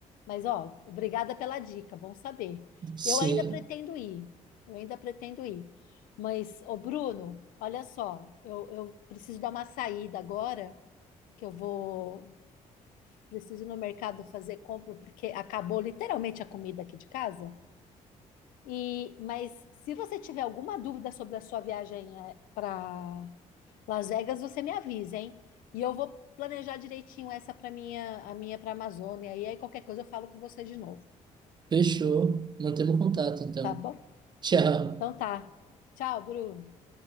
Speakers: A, on the left (about 85°); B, on the right (about 30°).
A: Mas, ó, obrigada pela dica, bom saber.
B: sim.
A: Eu ainda pretendo ir, eu ainda pretendo ir. Mas, ô Bruno, olha só, eu, eu preciso dar uma saída agora, que eu vou, preciso ir no mercado fazer compra porque acabou literalmente a comida aqui de casa. E, mas se você tiver alguma dúvida sobre a sua viagem para Las Vegas, você me avisa, hein? E eu vou planejar direitinho essa para minha, a minha para Amazônia. E aí qualquer coisa eu falo com você de novo,
B: Fechou. Mantemos contato, então.
A: tá bom?
B: Tchau.
A: Então tá. Tchau, Bruno.